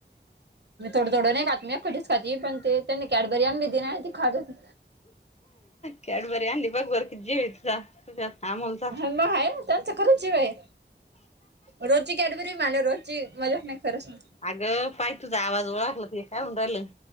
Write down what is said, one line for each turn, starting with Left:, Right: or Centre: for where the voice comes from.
Right: मी थोडं थोडं नई खात, मी <unintelligible> खाती पण ते त्यांनी कॅडबरी आणली ना ती खातं होती.
Left: कॅडबरी आणली बग बरं कित जीवये तिचा. त्यात अमावास्या.
Right: हां म हाय ना त्यांचा खरंच जीव ये. रोची कॅडबरी माला रोची मजाक नाही खरंच सांग.
Left: आगं पाय तुझ आवाज ओळखला काय होऊन राहिलं.